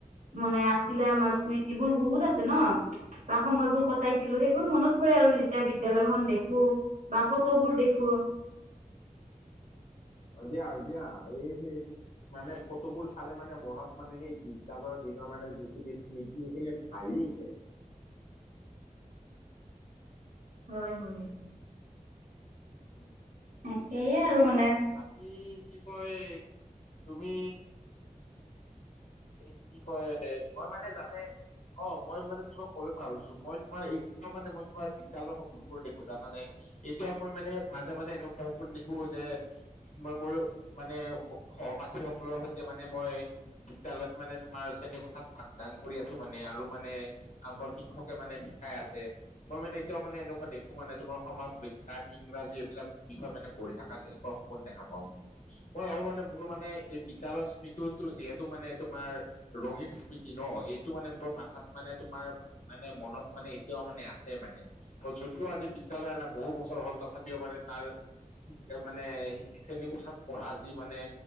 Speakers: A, on the right; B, on the left.
A: মানে আছিলে আমাৰ স্মৃতি বোৰ বহুত আছে ন। বা সময়বোৰ কটাইছিলো সেইবোৰ মনত পৰে আৰু যেতিয়া বিদ্যালয়খন দেখো বা বোৰ দেখো
B: দিয়া দিয়া এই মানে ফটোবোৰ চালে মানে মনত মানে সেই বিদ্যালয়ৰ দিনৰ মানে যিখিনি স্মৃতি সেইখিনি ভাঁহি উঠে
A: হয় হয় তাকেই আৰু মানে
B: বাকি কি কয় তুমি এই কি কয় মই মানে জানে অ' মই মানে তোমাক ক'ব পৰিছো মই তোমাৰ এ মানে মই তোমাৰ বিদ্যালয়ৰ সপোনবোৰ দেখো জানা নে? এতিয়া মই মানে মাজে মাজে এনেকুৱা সপোন দেখো যে মই মোৰ মানে সহপাঠী সকলৰ সৈতে মানে মই বিদ্যালয়ত মানে তোমাৰ শ্ৰেণী কোঠাত পাঠদান কৰি আছো মানে আৰু মানে আমাৰ শিক্ষকে মানে শিকাই আছে মই মানে এতিয়াও মানে এনেকুৱা দেখো মানে তোমাৰ সমাজ বিজ্ঞান, ইংৰাজী এইবিলাক বিষয় মানে পঢ়ি থাকা এনেকুৱা সপোন দেখা পাওঁ মানে। মই আৰু মানে মোৰ মানে এই বিদ্যালয়ৰ স্মৃতিতো যিহেতু মানে তোমাৰ ৰঙীন স্মৃতি ন এইটো মানে মোৰ মাথাত মানে তোমাৰ মানে মনত মানে এতিয়াও মানে আছে মানে যদিও আজি বিদ্যয়ালয় এৰা বহু বছৰ হ'ল তথাপিও মানে তাৰ মানে শ্ৰেণীকোঠাত পঢ়া যি মানে